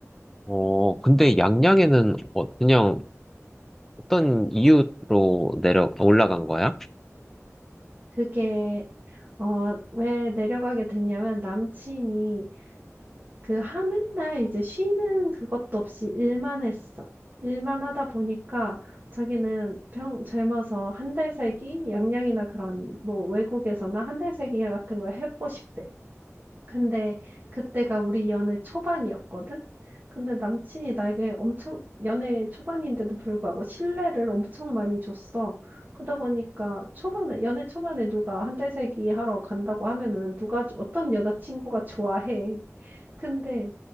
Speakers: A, in the centre; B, on the right.
A: 어, 근데
B: 음,
A: 양양에는 어, 그냥 어떤 이유로 내려 올라간 거야?
B: 그게 어, 왜 내려가게 됐냐면 남친이 그 하는 날 이제 쉬는 그것도 없이 일만 했어. 일만 하다 보니까 자기는 평 젊어서 한 달 살기, 양양이나 그런 뭐 외국에서나 한 달 살기 같은 걸 해보고 싶대. 근데 그때가 우리 연애 초반이었거든? 근데 남친이 나에게 엄청 연애 초반인데도 불구하고 신뢰를 엄청 많이 줬어. 그러다 보니까 초반에 연애 초반에 누가 한 달 살기 하러 간다고 하면은 누가 어떤 여자친구가 좋아해. 근데